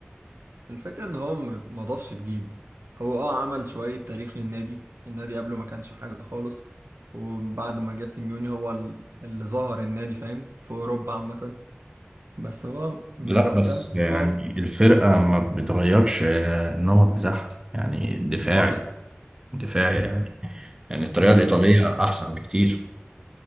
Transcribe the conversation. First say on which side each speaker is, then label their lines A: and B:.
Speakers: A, on the right; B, on the right.
A: الفكرة ان هو م- ما ضافش جديد هو اه عمل شوية تاريخ للنادي النادي قبله ما كانش حاجة خالص وبعد ما جه سيميوني هو ال- اللي ظهر النادي فاهم في اوروبا عامة بس هو من
B: لا
A: وقتها
B: بس يعني
A: هو
B: الفرقة ما بتغيرش آه، النمط بتاعها يعني دفاعي
A: خالص
B: دفاعي يعني يعني الطريقة
A: بالظبط
B: الإيطالية أحسن بكتير